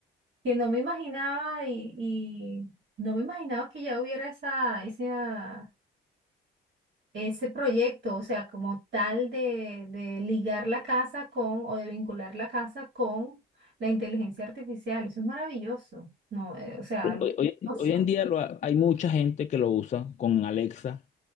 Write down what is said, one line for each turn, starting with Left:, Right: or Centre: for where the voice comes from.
Right: que no me imaginaba y, y no me imaginaba que ya hubiera esa, esa, ese proyecto, o sea, como tal de, de ligar la casa con o de vincular la casa con la inteligencia artificial. Eso es maravilloso, ¿no? Eh, o sea,
Left: hoy,
Right: algo
Left: hoy-
Right: maravilloso.
Left: hoy en día lo ha- hay mucha gente que lo usa con Alexa,